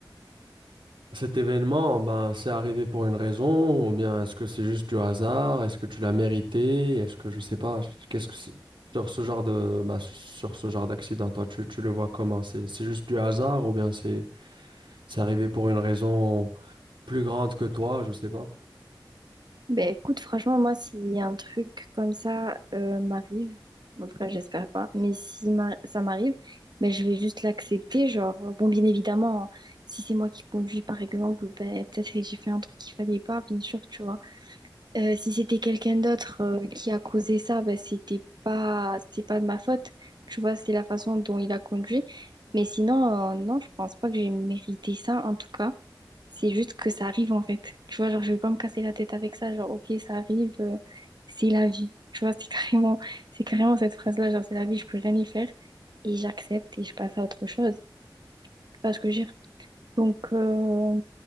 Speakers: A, on the right; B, on the right.
A: Cet événement, ben, c'est arrivé pour une raison, ou bien est-ce que c'est juste du hasard? Est-ce que tu l'as mérité? Est-ce que je sais pas, qu'est-ce que c'est- sur ce genre de, ben, sur ce genre d'accident, toi, tu, tu le vois comment? C'est, c'est juste du hasard ou bien c'est, c'est arrivé pour une raison plus grande que toi, je sais pas.
B: Ben écoute, franchement, moi, si un truc comme ça euh, m'arrive, en tout cas, j'espère pas, mais si ma- ça m'arrive, ben je vais juste l'accepter. Genre, bon, bien évidemment, si c'est moi qui conduis, par exemple, ben peut-être que j'ai fait un truc qu'il fallait pas, bien sûr, tu vois. Euh, si c'était quelqu'un d'autre euh, qui a causé ça, ben, c'était pas, c'est pas de ma faute. Tu vois, c'est la façon dont il a conduit. Mais sinon, euh, non, je pense pas que j'ai mérité ça, en tout cas. C'est juste que ça arrive, en fait. Tu vois, genre, je vais pas me casser la tête avec ça. Genre, ok, ça arrive, euh, c'est la vie. Tu vois, c'est <laughs> carrément, c'est carrément cette phrase-là, genre, c'est la vie, je peux rien y faire. Et j'accepte et je passe à autre chose. Tu vois ce que je veux dire? Donc, euh,